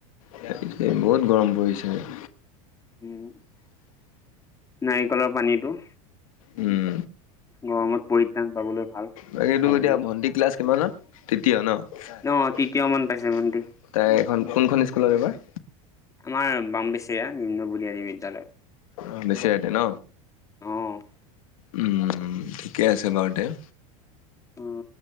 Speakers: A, on the left (about 80°); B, on the left (about 20°).
A: সেইটোকে, বহুত গৰম পৰিছে আজি।
B: উম, নাৰিকলৰ পানীটো
A: উম
B: গৰমত পৰিত্ৰাণ পাবলৈ। ভাল
A: বাকী
B: খাবলৈ।
A: তোৰ এতিয়া ভণ্টি ক্লাছ কিমানত? তৃতীয় ন?
B: অ তৃতীয় মান পাইছে ভণ্টি
A: তাই এখন কোনখন স্কুলত এইবাৰ?
B: আমাৰ বাম্বেচেয়া নিম্ন বুনিয়াদী বিদ্যালয়।
A: অ, নিশ্চয়তে ন
B: অ।
A: উম, ঠিকে আছে বাৰু এতিয়া।
B: উম